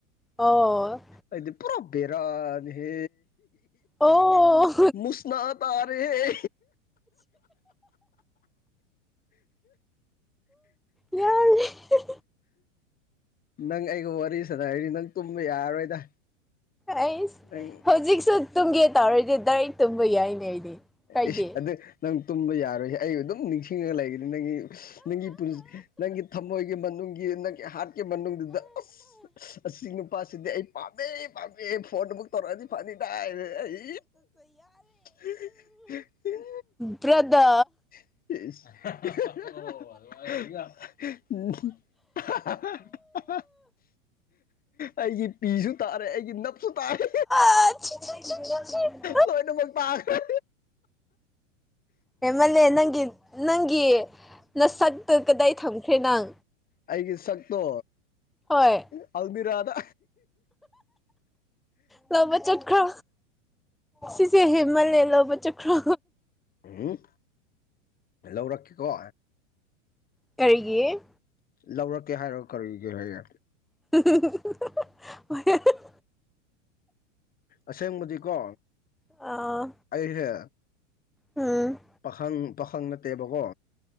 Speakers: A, in the centre; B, on the left.
A: ꯑꯣ
B: ꯑꯩꯗꯤ ꯄꯨꯔꯥ ꯕꯦꯔꯅꯤ ꯍꯦ
A: ꯑꯣ
B: ꯃꯨꯁꯅꯥ ꯇꯥꯔꯦꯍꯦ
A: ꯌꯥ <unintelligible>
B: ꯅꯪ ꯑꯩꯒ ꯋꯥꯔꯤ ꯁꯥꯟꯅꯔꯗꯤ ꯅꯪ ꯇꯨꯝꯕ ꯌꯥꯔꯔꯣꯏꯗ
A: ꯑꯩꯁ
B: ꯅꯪ
A: ꯍꯧꯖꯤꯛꯁꯨ ꯇꯨꯝꯒꯦ ꯇꯧꯔꯒ ꯗꯥꯏꯔꯦꯛ ꯇꯨꯝꯕ ꯌꯥꯏꯅꯦ ꯑꯩꯗꯤ ꯀꯥꯏꯗꯦ
B: ꯏꯁ ꯑꯗꯨ ꯅꯪ ꯇꯨꯝꯕ ꯌꯥꯔꯣꯏꯍꯦ ꯑꯩ ꯑꯗꯨꯝ ꯅꯤꯡꯁꯤꯡ ꯊꯤꯡꯉ ꯂꯩꯒꯅꯤ ꯅꯪꯒꯤ ꯅꯪꯒꯤ ꯄꯨꯟ ꯅꯪꯒꯤ ꯊꯃꯣꯏꯒꯤ ꯃꯅꯨꯡꯒꯤ ꯅꯪꯒꯤ ꯍꯥꯔꯠ ꯀꯤ ꯃꯅꯨꯡꯗꯨꯗ ꯑꯁ ꯑꯁꯤ ꯅꯨꯄꯥꯁꯤꯗꯤ ꯑꯩ ꯄꯥꯝꯃꯦ ꯄꯥꯝꯃꯦ ꯐꯣꯟ ꯑꯃꯨꯛ ꯇꯧꯔꯑꯗꯤ ꯐꯅꯤꯗ ꯍꯥꯏꯅꯥ ꯏ ꯍꯤ ꯍꯤ
A: ꯎꯝ ꯄꯔ꯭ꯗꯥ
B: <unintelligible> <unintelligible> ꯑꯩꯒꯤ ꯄꯤꯁꯨ ꯇꯥꯔꯦ ꯑꯩꯒꯤ ꯅꯞꯁꯨ ꯇꯥꯔꯦ
A: <unintelligible>
B: ꯂꯣꯢꯅꯃꯛ ꯇꯥꯈ꯭ꯔꯦ
A: ꯍꯦꯟꯃꯜꯂꯦ ꯅꯪꯒꯤ ꯅꯪꯒꯤ ꯅꯁꯛꯇꯨ ꯀꯗꯥꯏ ꯊꯝꯈ꯭ꯔꯦ ꯅꯪ꯫
B: ꯑꯩꯒꯤ ꯁꯛꯇꯣ
A: ꯍꯣꯏ
B: ꯑꯜꯃꯤꯔꯥꯗ
A: ꯂꯧꯕ ꯆꯠꯈ꯭ꯔꯣ ꯁꯤ ꯁꯤ ꯍꯦꯃꯜꯂꯦ ꯂꯧꯕ ꯆꯈ꯭ꯔꯣ꯫
B: ꯎꯝ ꯂꯧꯔꯛꯀꯦꯀꯣ
A: ꯀꯩꯒꯤ
B: ꯂꯧꯔꯛꯀꯦ ꯍꯥꯏꯔꯒ ꯀꯔꯤꯒꯤ ꯍꯥꯏꯌꯦ
A: <unintelligible>
B: ꯑꯁꯦꯡꯕꯗꯤꯀꯣ
A: ꯑꯥ
B: ꯑꯩꯁꯦ
A: ꯎꯝ
B: ꯄꯥꯈꯪ ꯄꯥꯈꯪ ꯅꯠꯇꯦꯕꯀꯣ